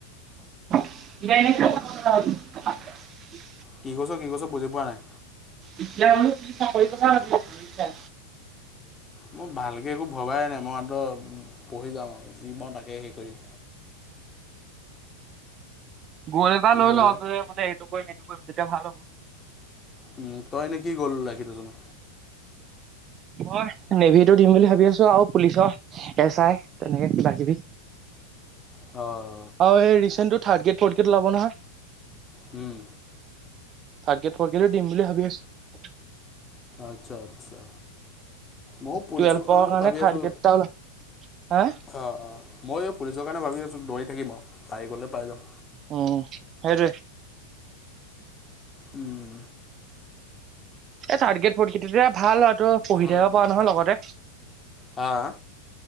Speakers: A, on the right; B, on the left.
A: <unintelligible>
B: কি কৈছ কি কৈছ বুজি পোৱা নাই?
A: এতিয়া আমি কি চাকৰি কথা ভাবি আছিলো এতিয়া?
B: মই ভালকে একো ভবাই নাই মই মাত্ৰ পঢ়ি যাম আও যি পাওঁ তাকে হেই কৰিম।
A: গল এটা
B: পিছলে
A: লৈ লওঁ। তই মানে এইটো কৰিম এইটো কৰিম। তেতিয়া ভাল হ'ব।
B: উম তই এনে কি গ'ল ৰাখি থৈছ নো?
A: মই নেভিটো দিম বুলি ভাবি আছো আও পুলিচ এছ আই। তেনেকে কিবা কিবি।
B: অ।
A: আৰু ৰিচেণ্টো থাৰ্ডগেট -ফৌৰ্থগেট ওলাব নহয়।
B: উম।
A: থাৰ্ডগেট ফৌৰ্থগেটো দিম বুলি ভাবি আছো।
B: আচ্ছা আচ্ছা। মও পুলিচৰ
A: টুৱেলভৰ
B: কাৰণেটো
A: কাৰণে
B: ভাবি
A: থাৰ্ড
B: আছো।
A: গ্ৰেড এটা ওলা হা
B: অ অ মইও পুলিচৰ কাৰণে ভাবি আছো। দৌৰি থাকিম আৱ। পাই গলে পাই যাম।
A: উম। হেটোৱে।
B: উম।
A: থাৰ্ডগেট ফৌৰ্থগেটতিয়া ভাল আও ট। পঢ়ি
B: ভাল
A: থাকিব
B: মানে
A: পাঅ নহয় লগতে।
B: হা হা